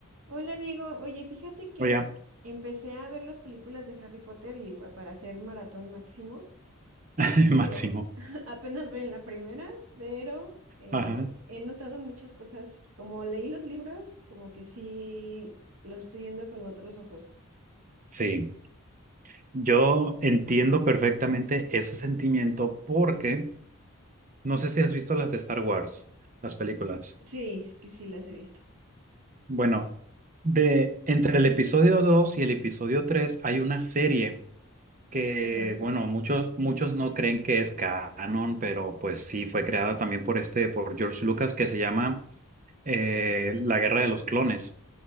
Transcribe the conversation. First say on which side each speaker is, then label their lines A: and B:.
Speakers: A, on the right; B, on the right.
A: Hola Diego, oye, fíjate que
B: Oye,
A: empecé a ver las películas de Harry Potter y va- para hacer maratón máximo.
B: <laughs>
A: Y
B: Máximo.
A: digo, <laughs> apenas voy en la primera, pero eh,
B: Ajá.
A: he notado muchas cosas. Como leí los libros, como que sí los estoy viendo con otros ojos.
B: Sí, yo entiendo perfectamente ese sentimiento porque no sé si has visto las de Star Wars, las películas.
A: Sí, sí, sí, las he visto.
B: Bueno, de entre el episodio 2 y el episodio 3 hay una serie que,
A: Ajá.
B: bueno, muchos muchos no creen que es canon, pero pues sí fue creada también por este por George Lucas que se llama eh, La Guerra de los Clones.